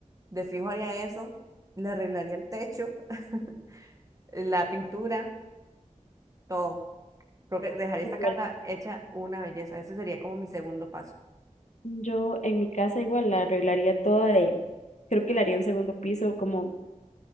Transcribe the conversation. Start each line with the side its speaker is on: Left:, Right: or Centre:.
Right: De fijo haría eso, le arreglaría el techo, <laughs> la pintura, todo. Creo que dejaría
Left: Igual.
Right: esta casa hecha una belleza. Ese sería como mi segundo paso.
Left: Yo en mi casa igual la arreglaría toda y creo que la haría un segundo piso como